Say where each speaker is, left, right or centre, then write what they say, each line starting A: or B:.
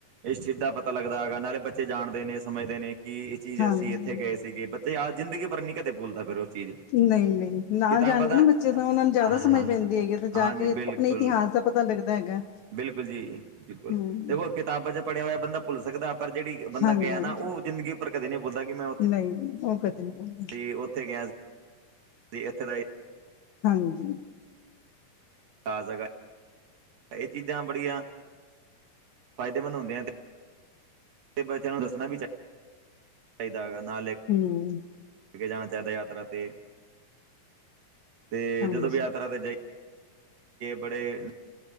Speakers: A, on the right; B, on the left.
A: ਇਸ ਚੀਜ਼ ਦਾ ਪਤਾ ਲੱਗਦਾ ਹੈਗਾ ਨਾਲੇ ਬੱਚੇ ਜਾਣਦੇ ਨੇ ਸਮਝਦੇ ਨੇ ਕਿ ਚੀਜ਼
B: ਹਾਂਜੀ
A: ਅਸੀਂ ਇੱਥੇ ਗਏ ਸੀਗੇ ਬੱਚੇ ਯਾਰ ਜ਼ਿੰਦਗੀ ਪਰ ਨੀ ਕਦੇ ਭੋਲਦਾ ਫਿਰ ਉਹ ਚੀਜ਼
B: ਨਹੀਂ ਨਹੀਂ ਨਾਲ
A: ਕਿਤਾਬਾਂ
B: ਜਾਣਗੇ
A: ਦਾ
B: ਨਾ ਬੱਚੇ ਤਾਂ ਉਹਨਾ ਨੂੰ ਜ਼ਿਆਦਾ ਸਮਝ
A: ਹਾਂ
B: ਪੈਂਦੀ ਹੈਗੀ ਜਾ
A: ਹਾਂਜੀ
B: ਕੇ
A: ਬਿਲਕੁਲ
B: ਆਪਣੇ ਇਤਿਹਾਸ ਦਾ ਪਤਾ ਲੱਗਦਾ ਹੈਗਾ
A: ਬਿਲਕੁਲ ਜੀ ਬਿਲਕੁਲ
B: ਹਮ
A: ਦੇਖੋ ਕਿਤਾਬਾਂ ਚ ਪੜ੍ਹਿਆ ਹੋਇਆ ਬੰਦਾ ਭੁੱਲ ਸਕਦਾ ਪਰ ਜਿਹੜੀ ਬੰਦਾ
B: ਹਾਂਜੀ
A: ਗਿਆ
B: ਹਾਂਜੀ
A: ਨਾ ਉਹ ਜ਼ਿੰਦਗੀ ਉਪਰ ਕਦੇੀ ਬੋਲਦਾ ਮੈਂ
B: ਨਹੀਂ ਉਹ ਕਦੇ ਨਹੀਂ ਆ
A: ਤੇ ਉੱਥੇ ਗਿਆ ਸੀ ਇੱਥੇ ਦਾ
B: ਹਾਂਜੀ
A: ਤਾਜ਼ਾ ਗ ਇਹ ਚੀਜ਼ਾਂ ਬੜੀਆਂ ਫਾਇਦੇਮੰਦ ਹੁੰਦੀਆਂ ਬੱਚਿਆਂ ਨੂੰ ਦੱਸਣਾ ਵੀ ਚਾਹੀ ਚਾਹੀਦਾ ਹੈਗਾ ਨਾਲ ਲੈ ਕੇ
B: ਹਮ
A: ਕੇ ਜਾਣਾ ਚਾਹੀਦਾ ਯਾਤਰਾ ਤੇ ਤੇ
B: ਹਾਂਜੀ
A: ਜਦੋਂ ਵੀ ਯਾਤਰਾ ਤੇ ਜਾਈ ਬੜੇ